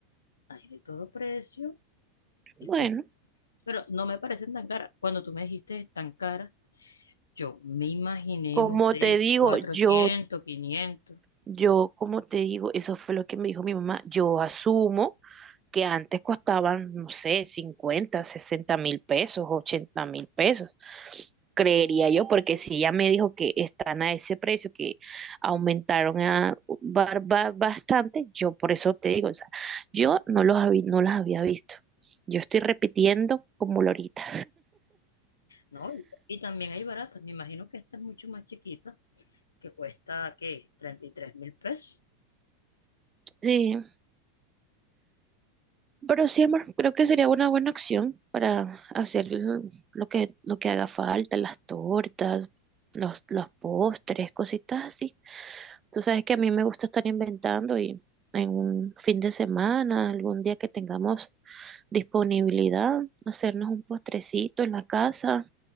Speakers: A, on the left (about 85°); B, on the right (about 25°).
A: hay de todo precio y
B: bueno.
A: pues, pero no me parecen tan caras. Cuando tú me dijiste tan caras, yo me imaginé,
B: Como
A: no sé,
B: te digo,
A: cuatrocientos
B: yo,
A: quinientos
B: yo, como te digo, eso fue lo que me dijo mi mamá. Yo asumo que antes costaban, no sé, 50 sesenta mil pesos, ochenta mil pesos. Creería yo, porque si ella me dijo que están a ese precio, que aumentaron a, ba- ba- bastante, yo por eso te digo, o sea, yo no los había, no las había visto. Yo estoy repitiendo como lorita.
A: No, y, y también hay baratas. Me imagino que esta es mucho más chiquita, que cuesta, ¿qué? treinta y tres mil pesos.
B: Sí, Pero sí, amor, creo que sería una buena acción para hacer l- lo que, lo que haga falta, las tortas, los, los postres, cositas así. Tú sabes que a mí me gusta estar inventando y en un fin de semana, algún día que tengamos disponibilidad, hacernos un postrecito en la casa